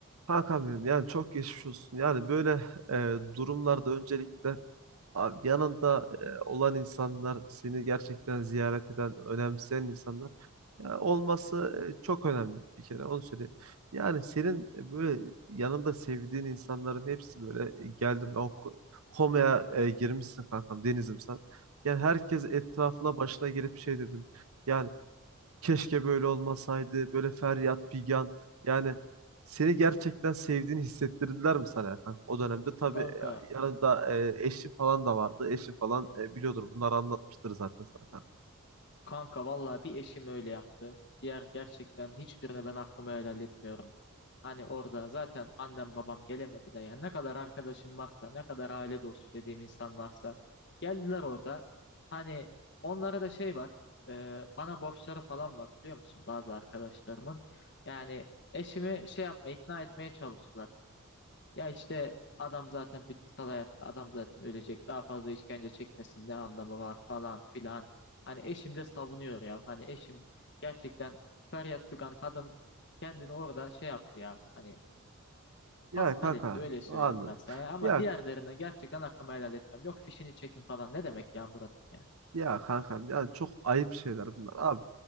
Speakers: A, on the right; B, on the left.
A: kankam benim yani çok geçmiş olsun. Yani böyle e, durumlarda öncelikle abi yanında e, olan insanlar seni gerçekten ziyaret eden, önemseyen insanlar Ya olması e, çok önemli bir kere onu söyleyeyim. Yani senin e, böyle yanında sevdiğin insanların hepsi böyle e, geldim o ko- komaya e, girmişsin kankam Deniz'im sen. Yani herkes etrafına başına gelip şey dedim. Yani keşke böyle olmasaydı böyle feryat figan. Yani seni gerçekten sevdiğini hissettirdiler mi sana ya kankam? O dönemde tabii
B: Kanka
A: e, yanında e, eşi falan da vardı. Eşi falan e, biliyordur bunları anlatmıştır zaten sana kankam.
B: Kanka vallahi bir eşim öyle yaptı. Diğer gerçekten hiçbirine ben hakkımı helal etmiyorum. Hani orada zaten annem babam gelemedi de yani ne kadar arkadaşım varsa, ne kadar aile dostu dediğim insan varsa geldiler orada. Hani onlara da şey var, e, bana borçları falan var biliyor musun bazı arkadaşlarımın. Yani eşimi şey yapma, ikna etmeye çalıştılar. Ya işte adam zaten bitkisel hayatta adam zaten ölecek. Daha fazla işkence çekmesin ne anlamı var falan filan. Hani eşim de savunuyor ya. Hani eşim gerçekten feryat figan kadın kendini orada şey yaptı ya. Hani
A: Ya
B: paspal
A: kanka
B: etti öyle söyleyeyim
A: anladım.
B: ben sana. ya. Ama
A: Ya
B: diğerlerine gerçekten hakkımı helal etmem. Yok fişini çekin falan ne demek ya Murat'ım ya.
A: Ya kankam yani çok ayıp şeyler bunlar abi.